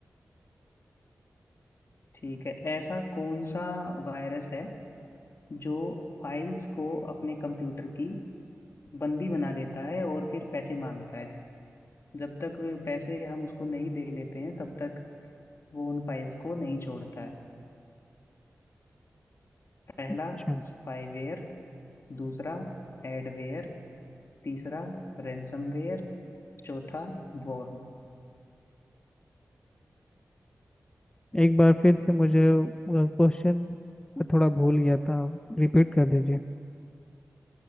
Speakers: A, on the left; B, on the left.
A: ठीक है ऐसा कौन सा वायरस है जो फाइल्स को अपने कंप्यूटर की बंदी बना लेता है और फिर पैसे मांगता है जब तक वे पैसे हम उसको नहीं दे लेते हैं तब तक वो उन फाइल्स को नहीं छोड़ता है पहला
B: अच्छा
A: स्पाईवेयर दूसरा एडवेयर तीसरा रैंसमवेयर चौथा वॉर्म
B: एक बार फिर से मुझे क्वेश्चन थोड़ा भूल गया था रिपीट कर दीजिए